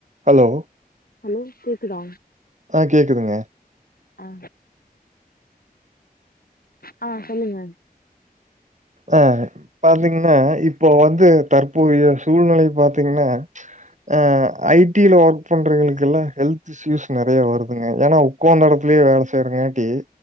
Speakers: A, on the right; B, on the left.
A: Hello
B: hello கேக்குதா
A: ஆ கேக்குதுங்க.
B: ஆ ஆ சொல்லுங்க
A: அ பாத்தீங்கனா இப்போ வந்து தற்போதைய சூழ்நிலை பாத்தீங்கனா அ ஐடில ஒர்க் பண்றவங்களுக்கெல்லா ஹெல்த் சீஸ் நெறய வருதுங்க ஏன்னா உக்காந்த இடத்துலயே வேல செய்யறங்காட்டி